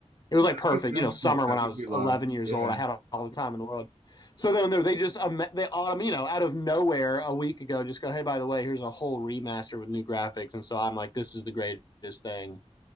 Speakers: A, on the left; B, on the right.
A: It was
B: Yeah,
A: like
B: I
A: perfect,
B: can imagine
A: you know, summer
B: what that
A: when I
B: would
A: was
B: be like.
A: 11 years
B: Yeah.
A: old. I had all the time in the world. So then they- they just um, they um, you know out of nowhere a week ago just go, "Hey, by the way, here's a whole remaster with new graphics." And so I'm like, "This is the greatest thing."